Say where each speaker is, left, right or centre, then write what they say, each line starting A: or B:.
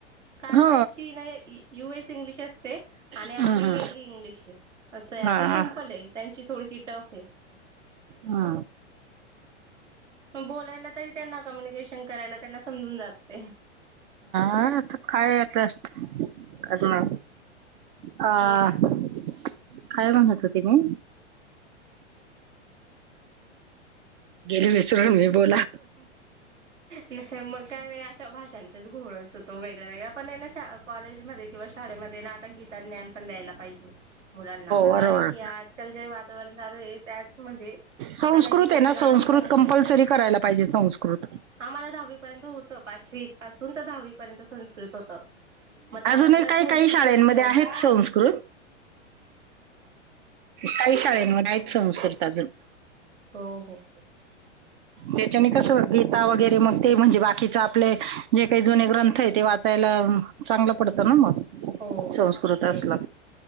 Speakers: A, on the right (about 80°); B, on the right (about 45°).
A: कारण
B: हो
A: त्यांची नाही इ यू एस इंग्लिश असते आणि
B: हम्म
A: आपली वेगळी इंग्लिश हे असंय आपली
B: हा
A: सिम्पल
B: हा
A: आहे त्यांची थोडी टफ हे.
B: हा
A: म बोलायला तरी त्यांना कम्युनिकेशन करायला त्यांना समजून जाते
B: हा काय त करना ह
A: हो ना.
B: काय म्हणत होती मी गेली विसरून मी बोला.
A: न काय मग काय नी अशा भाषांचाच घोळ असतो तो वेगळा वेगळा पण हेना शा कॉलेजमध्ये किंवा शाळेमध्ये ना आता गीता ज्ञान पण द्यायला पाहिजे. मुलांना
B: बरोबर
A: कारण की आजकाल जे वातावरण चालुये. त्यात म्हणजे आपल्यांना
B: संस्कृत
A: गीतेच्या
B: आहे ना
A: ज्ञान
B: संस्कृत
A: पण
B: कंपल्सरी करायला पाहिजे संस्कृत
A: आम्हाला दहावी पर्यंत होत. त पाचवी पासून तर दहावी पर्यंत संस्कृत होतं म त्यानंतर
B: अजूनही काही
A: संस्कृतच
B: काही शाळेमध्ये
A: नही
B: आहेत
A: हा
B: संस्कृत काही शाळेंमध आहे संस्कृत अजून
A: हो हो.
B: त्याच्याने कस गीता वगैरे मग ते म्हणजे बाकीच आपले जे काही जुने ग्रंथ हे ते वाचाय त्याला चांगलं पडतं ना मग.
A: हो
B: संस्कृत असला
A: तेच